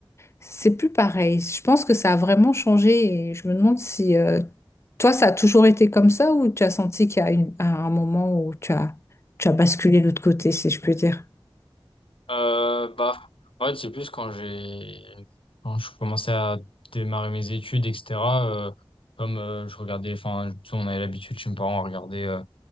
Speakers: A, on the left; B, on the left.
A: C'est plus pareil. Je pense que ça a vraiment changé et je me demande si euh, toi, ça a toujours été comme ça ou tu as senti qu'il y a une- à un moment où tu as, tu as basculé de l'autre côté, si je peux dire.
B: Euh, bah, en fait, c'est plus quand j'ai, quand je commençais à démarrer mes études, etc. euh, comme euh, je regardais, enfin, tu sais, on avait l'habitude chez mes parents à regarder